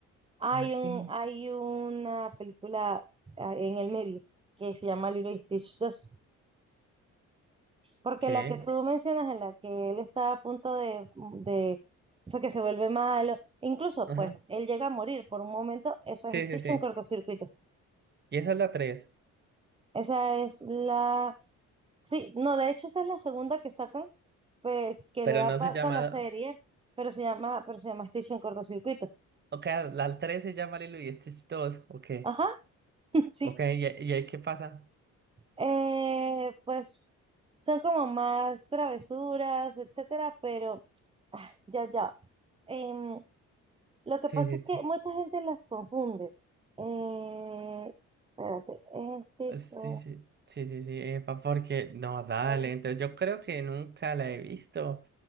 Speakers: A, on the right; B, on the right.
A: Hay
B: Ah, ¿qué?
A: un, hay una película ah, en el medio que se llama Leroy Stitch dos Porque
B: ¿Qué?
A: la que tú mencionas, en la que él está a punto de, de, o sea, que se vuelve malo. Incluso,
B: Ajá.
A: pues, él llega a morir por un momento. Esa
B: Sí,
A: es Stitch
B: sí, sí.
A: en cortocircuito.
B: Y esa es la tres,
A: Esa es la... Sí, no, de hecho esa es la segunda que sacan pues, que
B: pero
A: le da
B: no
A: paso
B: se llama...
A: a la serie, pero se llama, pero se llama Station Cortocircuito.
B: Ok, la tres se llama Lilo y Stitch 2, ok.
A: Ajá, <laughs> sí.
B: Ok, ¿y, y ahí qué pasa?
A: Eh, pues son como más travesuras, etcétera, pero ah, ya, ya. Em, lo que
B: Sí,
A: pasa
B: sí,
A: es
B: sí.
A: que mucha gente las confunde. Eh, espérate, eh, Stitch,
B: Ah, Sí, sí, sí, sí, sí, epa, porque no, dale.
A: eh,
B: Entonces yo creo que nunca la he visto,